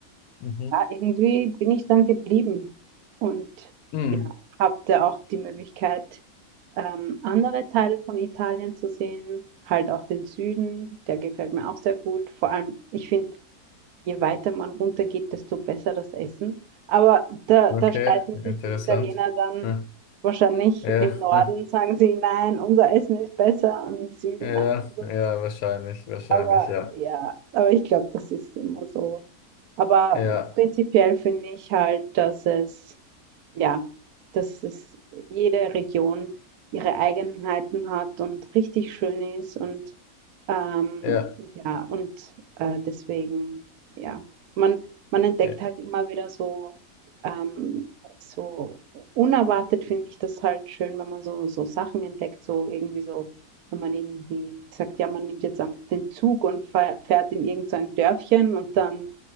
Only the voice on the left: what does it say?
Mhm.
Mhm.
Okay,
interessant.
Hm.
Ja,
<laughs> hm.
ja,
ja, wahrscheinlich, wahrscheinlich,
ja.
Ja,
ja,
ja,